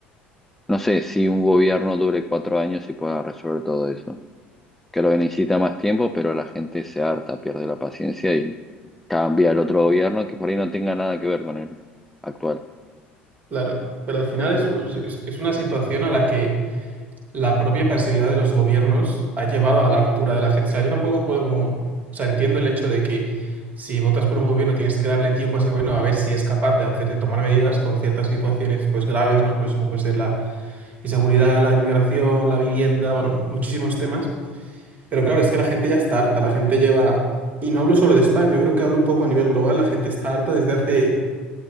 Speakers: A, in the centre; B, on the right (about 30°).
A: no sé, si un gobierno dure cuatro años y pueda resolver todo eso. que lo que necesita más tiempo, pero la gente se harta, pierde la paciencia y cambia el otro gobierno que por ahí no tenga nada que ver con el actual.
B: claro. Pero al final es, es es una situación a la que la propia pasividad de los gobiernos ha llevado a la hartura de la gente. O sea, yo tampoco puedo como, o sea, entiendo el hecho de que si votas por un gobierno tienes que darle tiempo a ese gobierno a ver si es capaz de hacer, de tomar medidas con ciertas situaciones pues graves, ¿no? Pues como puede ser la inseguridad, la inmigración, la vivienda, bueno, muchísimos temas. Pero claro, es que la gente ya está harta, la gente lleva, y no hablo solo de España, yo creo que hablo un poco a nivel global, la gente está harta desde hace